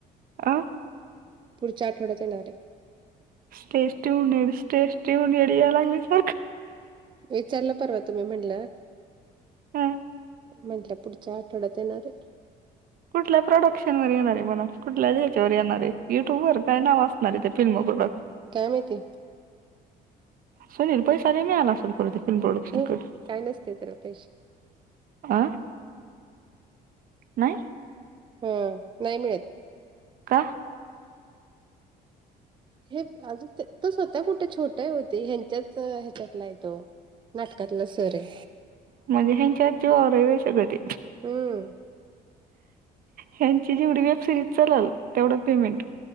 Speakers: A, on the right; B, on the right.
A: आं
B: पुढच्या आठवड्यात येणार ये
A: स्टे ट्यूनएड, स्टे ट्यूनएड यायला लागलंय सारखं
B: विचारलं परवा तुम्ही म्हणलं
A: हा
B: म्हंटलं पुढच्या आठवड्यात येणार ये
A: कुठल्या प्रोडक्शन वर येणार ए म्हणाव. कुठल्या ह्याच्यावर येणारे युट्यूब वर? काय नाव असणार ए, त्या फिल्म प्रोड
B: काय माहीती?
A: सोनीला पैसा लई मिळाला असंल, खरं फिल्म प्रोडक्शन
B: हे
A: कडून
B: काय नसते त्याला पैसे.
A: आं. नाई?
B: होय, नई मिळंत
A: का?
B: हे अजू तो स्वतः कुठं छोटं हाय ओ ते ह्यांच्याच ह्याच्यातला हाय तो नाटकातला सर ए
A: म्हणजे ह्यांच्याच जीवावर हाय व्हय सगळं ते?
B: हम्म्म्म
A: ह्यांची जेवढी वेब सिरीज चालंल, तेवढं पेमेंट